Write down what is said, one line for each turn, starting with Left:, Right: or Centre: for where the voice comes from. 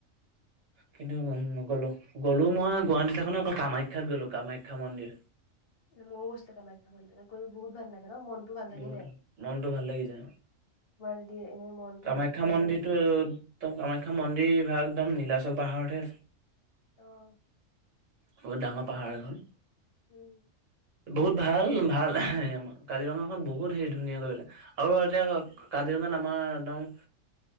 Right: <inaudible> কিন্তু নগ'লো, গ'লো মই গুৱাহাটী থাকো ন, অকল কামাখ্যাত গ'লো, কামাখ্যা মন্দিৰ।
Left: ম, ময়ো গৈছিলো, কামাখ্যা মন্দিৰত গৈ বহুত ভাল লাগে ন, মনটো ভাল লাগি
Right: বহুত
Left: যায়।
Right: মনটো ভাল লাগি যায়
Left: তোমাৰ যদি এনেই মনটো
Right: কামাখ্যা
Left: বেয়া
Right: মন্দিৰটো,
Left: লাগি থাকিলে
Right: কামাখ্যা মন্দিৰ ভাগ একদম নীলাচল পাহাৰতহে আছে।
Left: অ'।
Right: বহুত ডাঙৰ পাহাৰ এখন।
Left: উম।
Right: বহুত ভাল, ভাল হ, আমাৰ কাজিৰঙাখন বহুত হেৰি ধুনীয়া কৰিলে। আৰু এতিয়া
Left: উম
Right: কাজিৰঙাত আমাৰ একদম